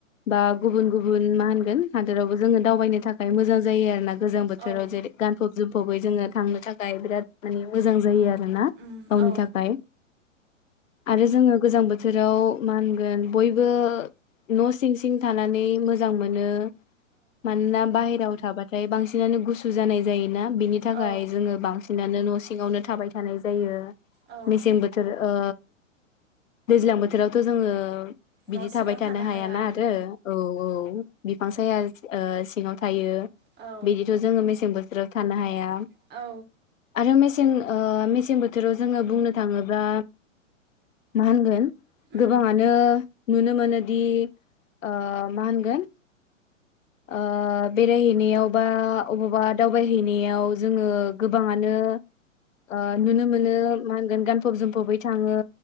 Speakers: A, on the left; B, on the right.
A: बा गुबुन गुबुन मा होनगोन हादोरावबो जोङो दावबायनो थाखाय मोजां जायो आरोना गोजां बोथोराव
B: औ
A: जेरै गानफब जोमफबै जोङो थांनो थाखाय बिराद माने मोजां जायो आरो
B: उम
A: गावनि
B: औ
A: थाखाय आरो जोङो गोजां बोथोराव मा होनगोन बयबो न' सिं सिं थानानै मोजां मोनो। मानोना बाहेराव थाबाथाय बांसिनानो गुसु जानाय जायोना बिनि थाखाय
B: औ
A: जोङो बांसिन बिनानो न' सिङावनो थाबाय थानाय जायो
B: औ
A: मेसें
B: औ
A: बोथोर ओ दैज्लां बोथोरावथ' जोङो
B: न'
A: बिदि
B: सिङाव
A: थाबाय थानो हायाना
B: हाया
A: आरो औ औ बांसाया ओ सिङाव थायो
B: औ
A: बिदिथ' जोङो मेसें बोथोराव थानो हाया
B: औ
A: आरो मेसें सें ओ मेसें बोथोराव जोङो बुंनो थाङोब्ला माहोनगोन
B: उम
A: गोबाङानो नुनो मोनो बिदि ओ मा होनगोन ओ बेरायहैनायाव बा अबावबा दावबायहैनायाव जोङो गोबाङानो ओ नुनो मोनो मा होनगोन गानफब जोमफबै थां ओ